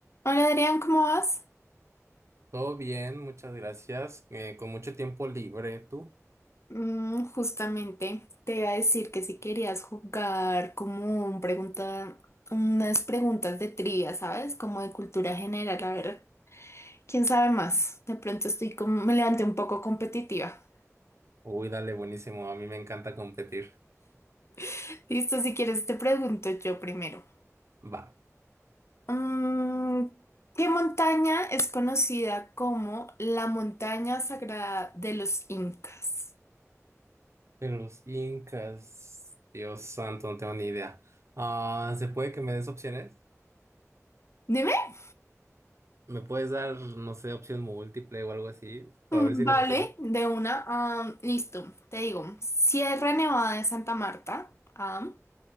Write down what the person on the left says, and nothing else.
Hola Adrián, ¿cómo vas?
Mm, justamente te iba a decir que si querías jugar como un pregunta, unas preguntas de trivia, ¿sabes? Como de cultura general, a ver, quién sabe más. De pronto estoy como, me levanté un poco competitiva.
<laughs> Listo, si quieres te pregunto yo primero.
Mm, ¿qué montaña es conocida como la montaña sagrada de los incas?
Dime.
Mm,
Vale,
de una. am, listo, te digo. Sierra Nevada de Santa Marta. A.